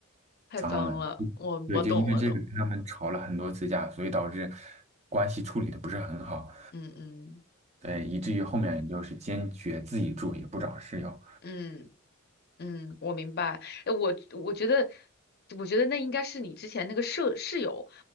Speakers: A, on the left; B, on the right.
A: 太脏了，
B: 脏了。
A: 我我懂我懂，
B: 对，就因为这个跟他们吵了很多次架，所以导致关系处理的不是很好，
A: 嗯嗯
B: 对，以至于后面就是坚决自己住，也不找室友。
A: 嗯。嗯，我明白。呃我我觉得，我觉得那应该是你之前那个舍室友